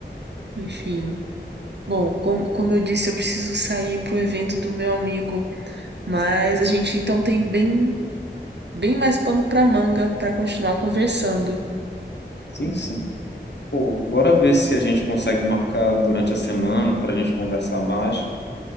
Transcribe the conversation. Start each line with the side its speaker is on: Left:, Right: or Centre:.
Right: Enfim. Bom, como, como eu disse, eu preciso sair pro evento do meu amigo, mas a gente então tem bem bem mais pano para manga para continuar conversando.
Left: sim, sim. Pô, bora ver se a gente consegue marcar durante a semana para a gente conversar mais,